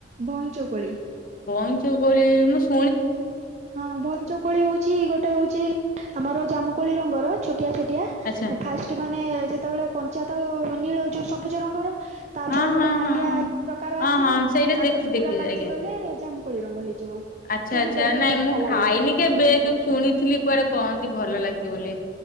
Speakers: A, on the right; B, on the left.
A: କଇଁଚ କୋଳି।
B: ବଇଞ୍ଚ କୋଳି ମୁଁ ଶୁ
A: ହଁ ବଇଞ୍ଚ କୋଳି ହୋଉଚି ଗୋଟେ ହୋଉଚି ଆମର ଜାମୁକୋଳି ରଙ୍ଗର ଛୋଟିଆ ଛୋଟିଆ
B: ଆଚ୍ଛା
A: ହେ ଫାଷ୍ଟ ମାନେ ଯେତେବେଳେ କଞ୍ଚା ତ ନୀଳ ଯୋଉ ସବୁଜ ରଙ୍ଗର। ତାପରେ
B: ହଁ
A: ଗୋଟେ
B: ହଁ
A: ନାଲିଆ
B: ହଁ
A: ପ୍ରକାର
B: ହଁ
A: ଆସିବ
B: ହଁ ସେଇଟା
A: ତାପରେ
B: ଦେଖି
A: ପୁରା
B: ଦେଖିଛି
A: ପାଚିଗଲେ
B: ଆଜ୍ଞା।
A: ଜାମୁ କୋଳି ରଙ୍ଗ ହେଇଯିବ।
B: ଆଚ୍ଛା
A: ସିଏ
B: ଆଚ୍ଛା
A: ବି ବଢିଆ
B: ନାଇଁ
A: ମିଠା
B: ମୁଁ ଖାଇନି
A: ଲାଗେ।
B: କେବେ କିନ୍ତୁ ଶୁଣିଥିଲି କୁଆଡେ କହନ୍ତି ଭଲ ଲାଗେ ବୋଲି।